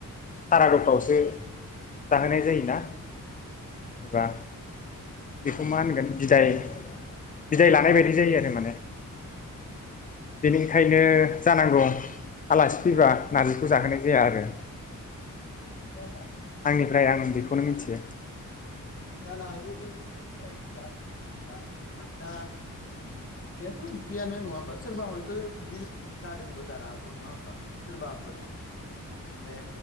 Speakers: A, on the left; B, on the left.
A: सारादुफ्रावसो जाहोनाय जायोना। जेनेबा। बेखौ मा होनगोन बिदाय बिदाय लानाय बायदि जायो आरो माने। दिनै। खायनो जानांगौ आलासि फैबा नार्जिखौ जाहोनाय जाया आरो।
B: <unintelligible>
A: आंनिफ्राय आं बेखौनो मिनथियो।
B: जानो दि <unintelligible> मानोबा। ओंख्रियाथ ओंख्रियानो नङा होमबा सोरबा हयथयै बिदि जादोंबो जानो हागौ नङा होमबा सोरबाफोर माने